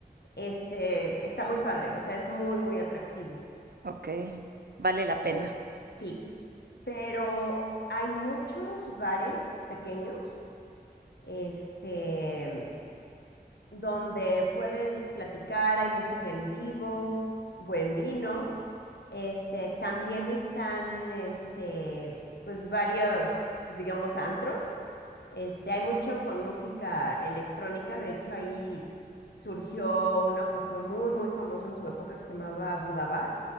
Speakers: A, on the left; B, on the right.
A: este, está muy padre, o sea, es muy, muy atractivo.
B: ok, vale la pena.
A: Em, sí, pero hay muchos bares pequeños, este, donde puedes platicar, hay música en vivo, buen vino. Este, también están, este, pues varios, pues, digamos, antros. Este, hay mucho con música electrónica, de hecho ahí surgió uno que fue muy, muy famoso en su época que se llamaba Budabar,